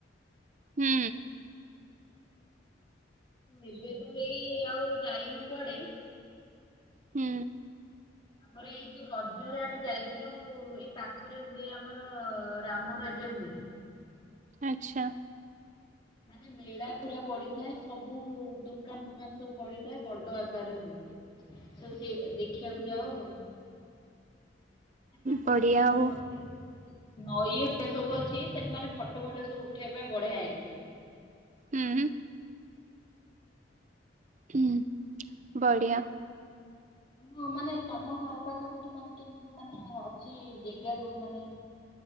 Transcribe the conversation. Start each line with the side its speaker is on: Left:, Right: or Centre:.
Right: ହୁଁ।
Left: ଏବେ ତ ଏଇ ଆଉ ଯାଇନ କୁଆଡେ?
Right: ହୁଁ।
Left: ଆମର ଏଇ ଯୋଉ ରଜରେ ଆମେ ଯାଇଥିଲୁ ଏଇ ପାଖରେ ହୁଏ ଆମର ରାମ ରାଜା ହୁଏ।
Right: ଆଚ୍ଛା।
Left: ମାନେ ମେଳା ପୁରା ପଡିଥାଏ ସବୁ ଦୁକାନ୍ ଫୁକାନ୍ ସବୁ ପଡିଥାଏ ବଡ ଆକାରେ। ତୁ ସେ ଦେଖିବାକୁ ଯାଅ। <unintelligible>
Right: ବଢିଆ
Left: ମାନେ
Right: ଆଉ
Left: ଅଛି ପକେ ନଈ ଏ ସବୁ ଅଛି ସେଠି ମାନେ ଫଟୋ ଫଟ ସବୁ ଉଠେଇବା ପାଇଁ ବଢିଆ ହେଇଛି।
Right: ହୁଁ। ହଁ ବଢ଼ିଆ।
Left: ତ ମାନେ ତମ ଘର ପାଖାପାଖି ମାନେ କେମତ ମାନେ ଅଛି ଜାଗା <unintelligible> ମାନେ